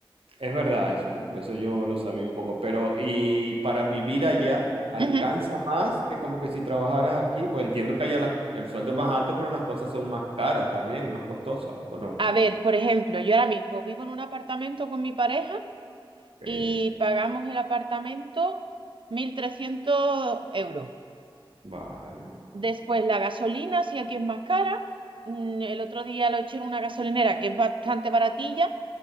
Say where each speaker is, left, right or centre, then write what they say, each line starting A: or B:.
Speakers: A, on the right; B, on the right.
A: es verdad eso, ¿no? Eso yo lo sabía un poco. Pero, ¿y para vivir allá alcanza
B: ujú.
A: más que como que si trabajaras aquí? Pues entiendo que allá las- el sueldo es más alto, pero las cosas son más caras también, más costosas, ¿o no?
B: A ver, por ejemplo, yo ahora mismo vivo en un apartamento con mi pareja
A: Ok,
B: y pagamos el apartamento 1.300 euros.
A: vale.
B: Después la gasolina, si aquí es más cara. Mm, El otro día lo eché en una gasolinera que es bastante baratilla